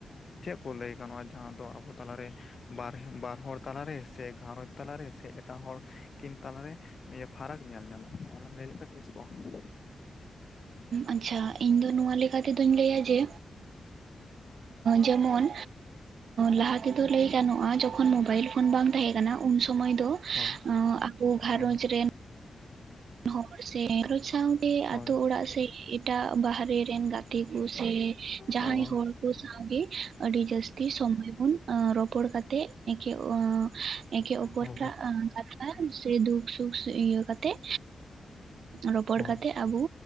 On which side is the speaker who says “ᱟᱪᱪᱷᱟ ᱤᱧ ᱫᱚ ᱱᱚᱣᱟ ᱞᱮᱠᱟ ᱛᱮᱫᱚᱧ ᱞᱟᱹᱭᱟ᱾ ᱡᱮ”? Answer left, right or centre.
Right